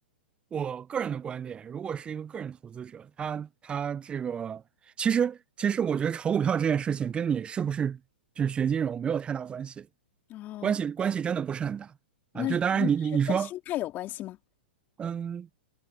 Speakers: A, on the right (about 15°); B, on the left (about 30°).
A: 我个人的观点，如果是一个个人投资者，他他这个其实其实我觉得炒股票这件事情跟你是不是就是学金融没有太大关系，
B: 哦，
A: 关系关系真的不是很大啊。
B: 那是嗯，
A: 就当然你你你说，
B: 是跟心态有关系吗？
A: 嗯。